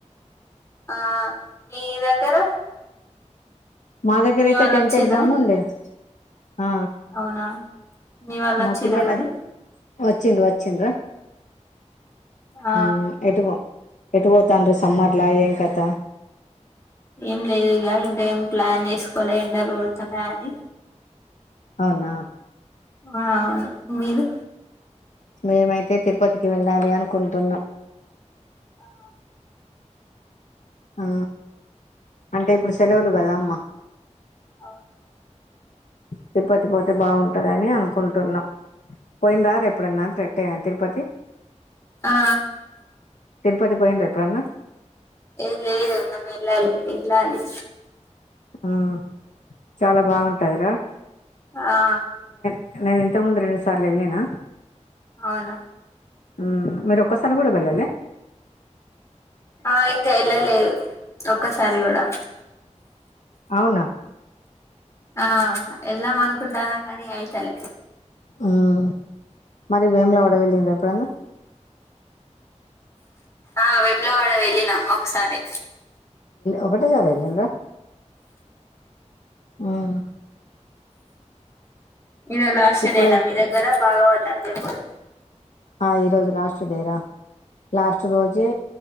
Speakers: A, on the left; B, on the left.
A: ఆ మీ దగ్గర
B: మా దగ్గర
A: మీ
B: ఐతే
A: వాళ్ళు
B: టెన్త్
A: వచ్చిరా
B: ఎగ్జామ్ ఉండె ఆ
A: అవునా మీ వాళ్ళు వచ్చిరా
B: మా పిల్లల
A: మరి
B: ఒచ్చింరు ఒచ్చింరు
A: ఆ
B: ఊ ఎటు వొ ఎటు వోతాంరు సమ్మర్ల ఏం కత
A: ఏం లేద్ ఇగ ఇంకా ఏం ప్లాన్ చేస్కోలే ఎండల్గొడ్తున్నయ్ అని
B: ఔనా
A: ఆ ఔను మీరు
B: మేమైతె తిరుపతికి వెళ్ళాలి అనుకుంటున్న
A: ఆ
B: ఆ అంటె ఇప్పుడు సెలవులు కదామ్మ
A: అవును
B: తిరుపతి పొ టే బావుంటదని అనుకుంటున్న పోయిర్రా ఎప్పుడైనా తిరపతి తిరపతి
A: ఆ
B: తిరుపతి పోయిర్రా ఎప్పుడన్న?
A: ఎ లేదు మనం ఎళ్ళాలి ఎళ్ళాలి
B: ఆ చాల బావుంటదిరా
A: ఆ
B: నేను ఇంతకు ముందు రెండు సార్లు ఎళ్ళిన
A: ఔన
B: మ్మ్ మీరొక్కసారి గుడ వెళ్ళలె
A: ఆ ఇంకా ఏళ్ళలేదు ఒక్కసారి కూడా
B: అవునా
A: ఆ వెళ్దాం అనుకుంటానంగాని అయితలె
B: మ్ మరి వెములావాడ వెళ్లిండ్రా ఎప్పుడన్నా
A: ఆ వెములావాడ వెళ్ళినాం ఒకసారి
B: ఒకటేసారి ఎళ్లిండ్రా ఉం
A: ఇదే లాస్ట్
B: ఇప్పుడై
A: డే న మీ దగ్గర భాగవతం చెప్పుడు
B: ఆ ఈరోజు లాస్ట్ డేరా లాస్ట్ రోజే